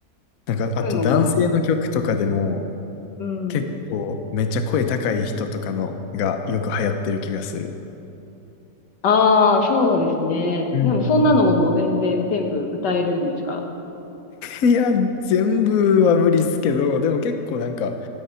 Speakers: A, on the left; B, on the left.
A: なんか、あと男性の曲とかでも、
B: そういうのも、うん。
A: 結構めっちゃ声高い人とかのがよく流行ってる気がする。
B: ああ、そうですね。
A: うんうん
B: でもそんなのももう全然全部歌えるんですか
A: うん。いや、全部は無理っすけど、でも結構なんか、